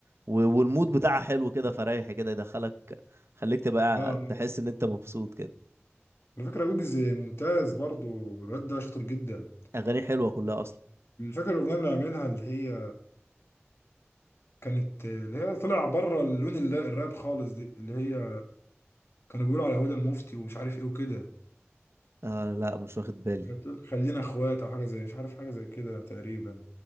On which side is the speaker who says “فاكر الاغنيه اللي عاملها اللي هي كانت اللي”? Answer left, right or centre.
Left